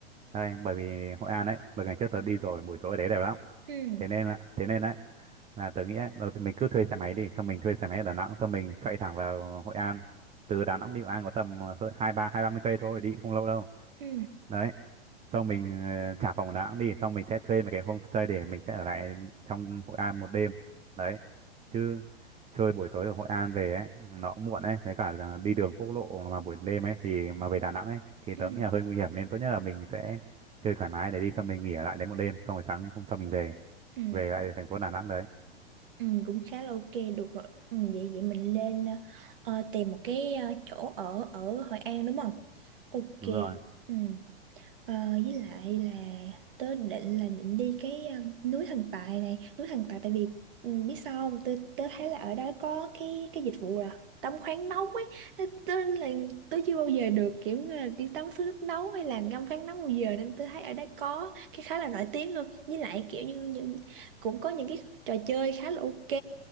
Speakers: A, on the right; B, on the right.
A: đây bởi vì Hội An ấy bởi ngày trước tớ đi rồi buổi tối ở đấy đẹp lắm
B: Ừ.
A: thế nên là thế nên đấy là tớ nghĩ ấy, đầu tiên mình cứ thuê xe máy đi xong mình thuê xe máy ở Đà Nẵng xong mình chạy thẳng vào Hội An từ Đà Nẵng đi Hội An có tầm ờ, hai ba hai ba mươi cây thôi đi cũng không lâu đâu
B: Ừ.
A: đấy xong mình ờ, trả phòng Đà Nẵng đi xong mình sẽ thuê một cái homestay để mình sẽ ở lại trong Hội An một đêm đấy chứ chơi buổi tối ở Hội An về ấy nó cũng muộn ấy với cả là đi đường quốc lộ mà buổi đêm ấy thì mà về Đà Nẵng ấy thì
B: Ừ.
A: tớ nghĩ là hơi nguy hiểm nên tốt nhất là mình sẽ chơi thoải mái để đi xong mình nghỉ ở lại đấy một đêm xong rồi sáng hôm sau mình về
B: Ừ.
A: về lại thành phố Đà Nẵng đấy
B: Ừ, cũng khá là ok được rồi ừ, vậy vậy mình lên ờ, tìm một cái ờ, chỗ ở ở Hội An đúng không ok
A: đúng rồi
B: ừ. Ờ, với lại là tớ định là định đi cái um, núi Thần Tài này núi Thần Tài tại vì um, biết sao không tớ, tớ thấy là ở đó có cái cái dịch vụ là tắm khoáng nóng ấy Thế tớ là tớ chưa bao giờ được kiểu như là đi tắm suối nước nóng hay là ngâm khoáng nóng bao giờ nên tớ thấy ở đó có cái khá là nổi tiếng luôn với lại kiểu như những, cũng có những cái trò chơi khá là ok